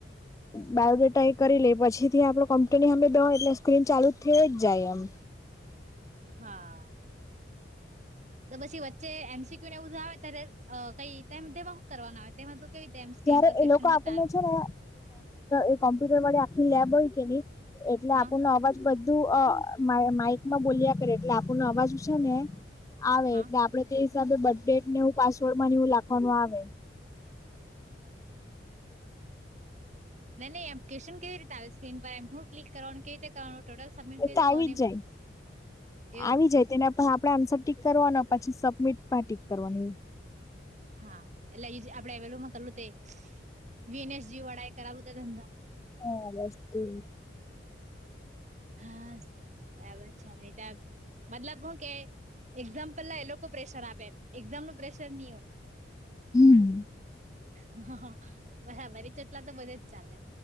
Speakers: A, on the left; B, on the right.
A: બાયોડેટા એ કરી લે પછી થી આપડો કમ્પ્યુટ ની સામે બેય એટલે સ્ક્રીન ચાલુ જ થઈ જ જાય આમ.
B: હા. તો પછી વચ્ચે એમસીક્યુ ને એવું આવે ત્યારે કઈ તેમ તેમાં શું કરવાનું આવે તેમાં તો કેવી રીતે એમ
A: તયયારે
B: સ્ક્રીન પર
A: એ
B: ક્વેશ્ચન
A: લોકો આપણને
B: બતાવે
A: છે ને એક કોમ્પ્યુટર વાળી આખી લેબ હોય કે નહી એટલે
B: હા
A: આપણો અવાજ બ તું અ મા માઈકમાં બોલ્યા કરે એટલે આપનો અવાજ છે ને આવે
B: હા
A: એટલે આપડે તે હિસાબે બડેટ ને એવું પાસવર્ડ માં એવું લખવાનું આવે.
B: નહી નહી એમ્લિકેશન કેવી રીતે આવે સ્ક્રીન પર એમ હું ક્લિક કરવાનું કેવી રીતે કરવાનું ટોટલ સબમિટ
A: એ
B: કેવી
A: તો
B: રીતે
A: આવી
B: કરવાનું
A: જ જાય
B: બધું એવું
A: આવી જાય તેને પણ આપડે આંસર ટિક કરવાનું પછી સ સબમીટ માં ટીક કરવાની એવું.
B: હા એટલે ઈજ આપડે એવેલમાં કરલું તે વીએનએસજી વડા એ કરાવું ત તમને
A: હા બસ એ.
B: હાસ બરાબર છેટ મતલબ હું કે એક્ઝામ પહેલા એ લોકો પ્રેશર આપે એમ એક્ઝામ ન પ્રેશર નહી હોય
A: હમ્મ
B: હ હ હ બરાબરી ઇ ચોચલા તો બધે જ ચાલે.